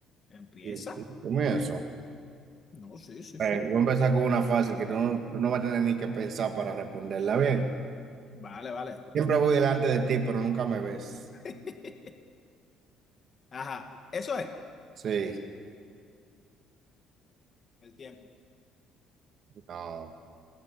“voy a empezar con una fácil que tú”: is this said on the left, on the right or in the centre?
Right